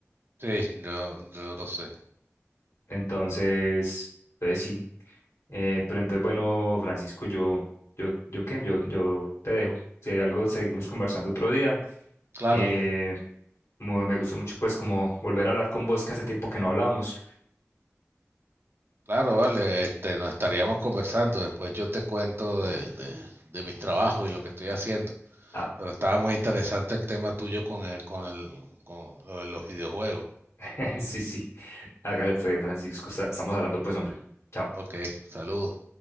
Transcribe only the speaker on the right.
Sí, yo, yo lo sé.
Claro,
claro, vale, este, nos estaríamos conversando, después yo te cuento de, de, de mis trabajos y lo que estoy haciendo,
pero estaba muy interesante el tema tuyo con el, con el, con lo de los videojuegos.
Ok, saludos.